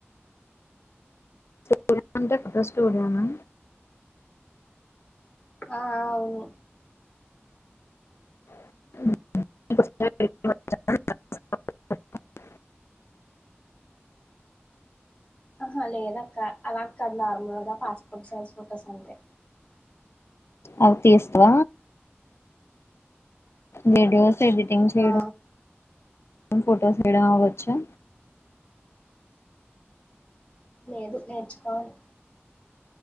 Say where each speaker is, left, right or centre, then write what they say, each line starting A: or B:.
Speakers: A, on the left; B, on the left.
A: స్టూడియో అంటే ఫోటో స్టూడియో నా
B: ఆ ఆ అవును
A: <inaudible>
B: ఆహా లేదక్క అలాగ్ కాదు నార్మల్ గా పాస్పోర్ట్ సైజ్ ఫొటోస్ అంతే
A: అవి తీస్తవ వీడియోస్ ఎడిటింగ్ చేయడం
B: ఆ
A: ఫొటోస్ తియడం వచ్చా
B: లేదు నేర్చుకోవాలి